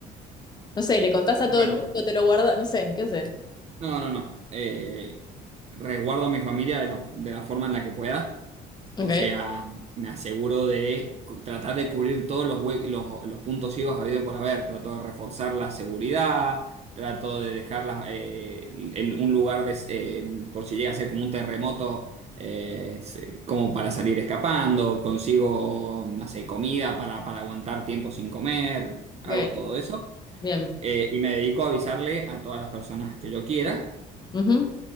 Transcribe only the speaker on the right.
Bueno,
No, no, no. Eh, resguardo a mi familia de la, de la forma en la que pueda.
O sea, me aseguro de cu- tratar de cubrir todos los, hue- los, los puntos ciegos habido por haber. Trato de reforzar la seguridad, trato de dejar las, eh, el- un lugar de s- eh, por si llega a ser como un terremoto, eh, se- como para salir escapando. Consigo, no sé, comida para, para aguantar tiempo sin comer.
Hago todo eso.
Eh, y me dedico a avisarle a todas las personas que yo quiera.